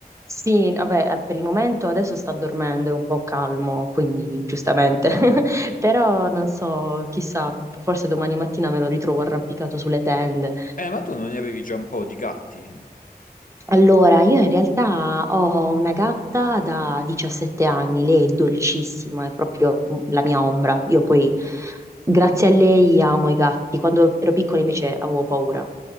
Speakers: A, on the right (about 20°); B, on the left (about 55°).
A: Sì, vabbè, eh, per il momento adesso sta dormendo, è un po' calmo, quindi giustamente. <laughs> Però non so, chissà, forse domani mattina me lo ritrovo arrampicato sulle tende.
B: Eh, ma tu non ne avevi già un po' di gatti?
A: Allora, io in realtà ho una gatta da 17 anni, lei è dolcissima, è proprio la mia ombra. Io poi, grazie a lei, amo i gatti. Quando ero piccola invece avevo paura.